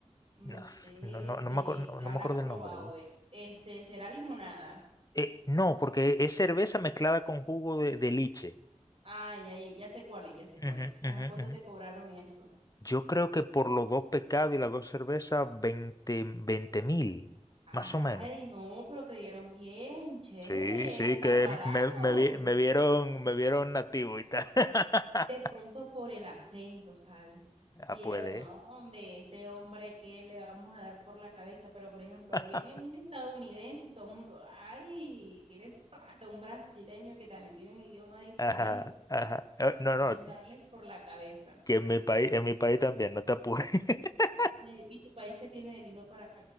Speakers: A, on the right (about 55°); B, on the left (about 30°).
A: No
B: No,
A: sé,
B: no, no,
A: este,
B: no me acuerdo, no,
A: ¿qué
B: no
A: habrás
B: me acuerdo
A: probado?
B: el nombre. ¿eh?
A: eh? Este, ¿será limonada?
B: Eh, no, porque es cerveza mezclada con jugo de, de liche.
A: Ah, ya, ya, ya sé cuál es, ya sé cuál
B: Ujú,
A: es. Ajá,
B: ujú,
A: ¿cuánto
B: ujú.
A: te cobraron eso?
B: Yo creo que por los dos pescados y las dos cervezas, veinte mil,
A: Ay,
B: más o menos.
A: no, pero te dieron bien, chévere,
B: Sí, sí,
A: hasta
B: que
A: barato.
B: me, me vi- me vieron, me vieron nativo y tal. <laughs>
A: De pronto por el acento, ¿sabes?
B: Ah,
A: Dijeron,
B: puede.
A: no, hombre, este hombre que le vamos a dar por la cabeza, pero por ejemplo,
B: <laughs>
A: viene un estadounidense y todo el mundo, ay, tienes plata, un brasileño que también tiene un idioma diferente
B: Ajá, ajá. Eh,
A: y
B: No,
A: quieren
B: no,
A: darles por la cabeza.
B: que en mi país, en mi país también, no te apures. <laughs>
A: En serio, ¿y tu país qué tiene de lindo para